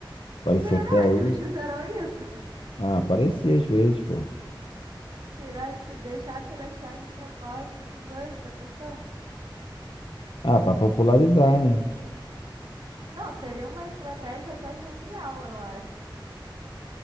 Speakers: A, on the left; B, on the right.
A: Parecia
B: Será
A: até
B: que
A: isso.
B: eles fizeram isso?
A: Ah, parecia às vezes, pô.
B: Pirate... Deixar piratear de propósito, que doido, já pensou?
A: Ah, pra popularizar, né?
B: Não, seria uma estratégia até genial, eu acho.